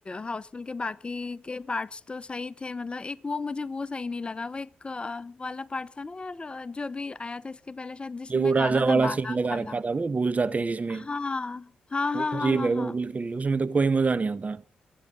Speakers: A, on the left (about 30°); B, on the right (about 45°).
A: हाउसफुल के बाकी के पार्ट्स तो सही थे मतलब एक वो मुझे वो सही नहीं लगा वो एक अ, वाला पार्ट था ना यार अ, जो अभी आया था इसके पहले शायद जिसमें
B: ये वो राजा
A: गाना
B: वाला
A: था बाला
B: सीन लगा
A: वाला
B: रखा था वो भूल जाते हैं जिसमें
A: हाँ हाँ
B: वो
A: हाँ
B: अजीब
A: हाँ हाँ
B: है वो
A: हाँ
B: बिल्कुल उसमें तो कोई मजा नहीं आता